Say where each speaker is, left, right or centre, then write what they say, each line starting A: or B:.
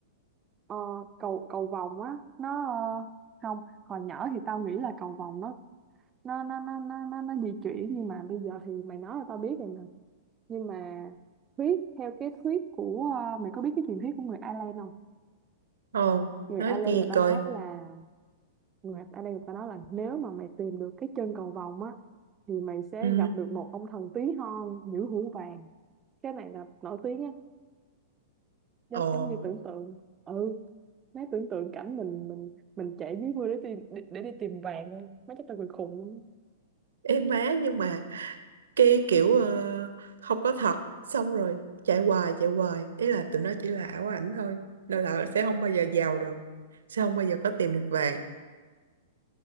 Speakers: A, on the right (about 25°); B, on the right (about 70°).
A: ờ, cầu cầu vồng á nó ờ, không hồi nhỏ thì tao nghĩ là cầu vồng nó nó nó nó nó nó, nó di chuyển nhưng mà bây giờ thì mày nói là tao biết rồi nè nhưng mà thuyết theo cái thuyết của ờ, mày có biết cái truyền thuyết của người Ireland không
B: không
A: người
B: nói
A: Ireland
B: nghe
A: người
B: coi
A: ta nói là người Ireland người ta nói là nếu mà mày tìm được cái chân cầu vồng á thì mày sẽ
B: Ừ.
A: gặp được một ông thần tí hon nhũ hũ vàng cái này là nổi tiếng á giống
B: ồ
A: giống như tưởng tượng ừ mấy tưởng tượng cảnh mình mình mình chạy dưới mưa để tìm để, để đi tìm vàng thôi mấy cái tao cười khùng luôn
B: ê má nhưng mà cái kiểu ờ, không có thật xong rồi chạy hoài chạy hoài ý là tụi nó chỉ là ảo ảnh thôi nên là sẽ không bao giờ giàu được sẽ không bao giờ có tìm được vàng